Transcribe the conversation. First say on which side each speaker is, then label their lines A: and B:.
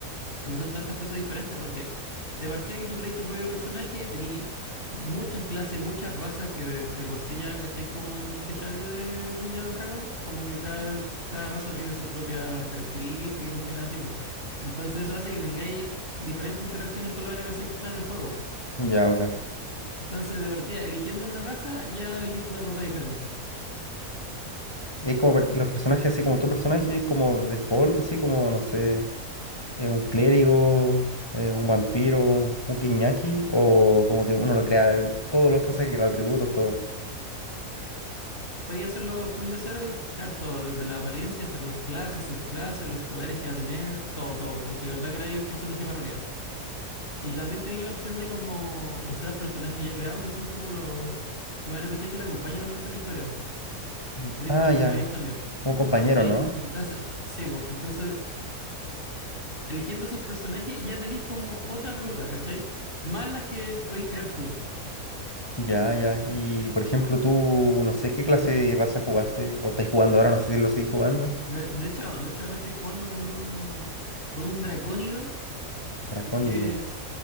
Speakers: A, on the left (about 35°); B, on the left (about 15°).
A: Porque son tantas cosas diferentes, porque de partida que tú creas tu propio personaje, tení muchas clases, muchas razas que de, de por sí ya caché como si caché algo de Dungeons and Dragon, como que cada, cada raza tiene sus propias características y cuestiones así, pues. Entonces eso hace que tengáis diferentes interacciones con los NPCs que están en el juego. po.
B: Ya, ok.
A: Entonces, de partida, eligiendo una raza, ya elegiste una ruta diferente.
B: Y hay como per- y los personajes, así como tu personaje, es como de default, así como, no sé, eh, un clérigo, eh, un vampiro, un, un guiñaki, o como que uno lo crea, eh, todos los cosas que los atributos, todo.
A: Podías hacerlo full de cero y crear todo, desde la apariencia hasta las clases, subclases, los poderes que va a tener, todo, todo, como si de verdad creáis un personaje para rolear. Y también tenéis la opción de como usar los personajes ya creados, que son como los, los NPCs que te acompañan durante la historia. po.
B: Mm.
A: Podéis
B: Ah,
A: jugar
B: ya,
A: como ellos también, po,
B: como compañero,
A: ¿cachai?
B: ¿no?
A: Entonces, sí, po, entonces, eligiendo esos personajes ya tenéis como otra ruta, ¿cachai? Más las que podéis crear tú.
B: Ya, ya. Y por ejemplo, tú, no sé qué clase y raza jugaste, o estáis jugando ahora, no sé si lo seguís jugando.
A: De, de hecho, de hecho, ahora estoy jugando con un, con un dracónido
B: Dracónido.
A: que es,